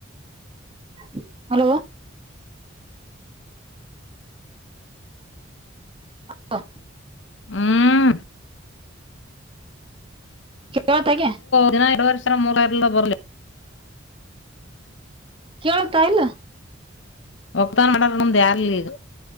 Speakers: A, on the right (about 25°); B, on the left (about 70°).
A: <inaudible> ಹಲೋ <inaudible>
B: ಹ್ಮ್ <inaudible>
A: <inaudible>
B: ದಿನಾ ಇರೋರ್ ಮುರವರೇ ಸಾವಿರ ಇಲ್ಲದ ಬರಲ್ಲೋ ಈಗ
A: ಕೇಳತಾ ಇಲ್ಲ
B: ಒಗ್ತಾನ ಮಾಡ್ರ ನಮ್ದ್ ಯಾರ್ಲಿ ಈಗ.